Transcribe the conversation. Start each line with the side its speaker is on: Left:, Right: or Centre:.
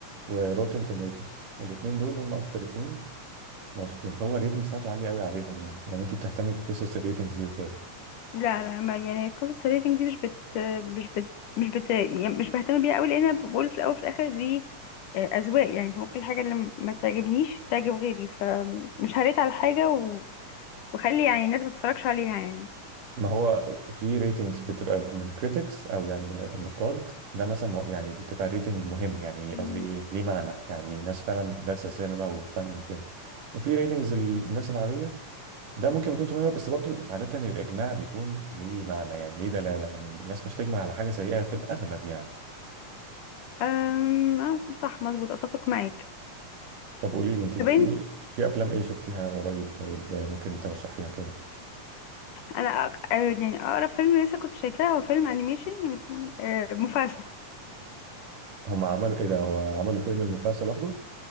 Right: وروتن توميتوز الاتنين دول هم اكتر اتنين موثوقين فهو الريتنجز بتاعته عاليه قوي عليهم يعني لو انت بتهتمي بقصص الريتنجز دي وكده
Left: لا لا ما يعني قصص الريتنج دي مش بت مش بت مش بت يعني مش بهتم بيها قوي لان انا بقول في الاول وفي الاخر دي آه، اذواق يعني ممكن الحاجه اللي ما تعجبنيش تعجب غيري فمش هريت على حاجه و... وخلي يعني الناس ما تتفرجش عليها يعني
Right: ما هو في ريتنجز بتبقى من كريتكس او يعني النقاد ده مثلا مو- يعني بتبقى ريتنج مهم يعني
Left: مم.
Right: قصدي ايه ليه معنى يعني ناس فعلا دارسه سينما وفن وكده وفي ريتنجز الناس العاديه ده ممكن ما يكونش مهم بس برضو عاده الاجماع بيكون ليه معنى يعني ليه دلاله يعني الناس مش تجمع على حاجه سيئه في الاغلب يعني
Left: أم... آه، صح مظبوط اتفق معاك
Right: طب قولي لي انت
Left: طب
Right: في في افلام ايه شفتيها قريب طيب ممكن ترشحيها كده
Left: انا أق... آه، يعني اقرب فيلم لسه كنت شايفاه هو فيلم انيميشن يعني آه، مفاسا
Right: هم عملوا ايه ده هو عملوا فيلم المفاسة لوحده